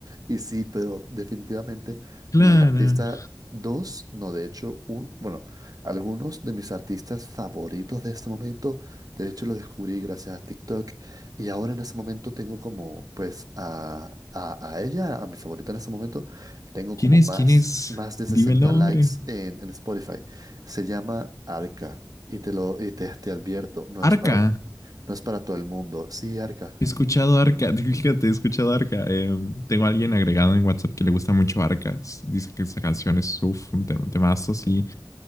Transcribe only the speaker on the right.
Y sí, pero definitivamente
mi artista, dos, no, de hecho, un, bueno, algunos de mis artistas favoritos de este momento, de hecho, los descubrí gracias a TikTok. Y ahora en ese momento tengo como, pues, a, a, a ella, a mi favorita en ese momento, tengo como
más,
más de 60
likes en, en Spotify. Se llama Arca. Y te lo, y te, te advierto, no
es para, no es para todo el mundo. Sí, Arca.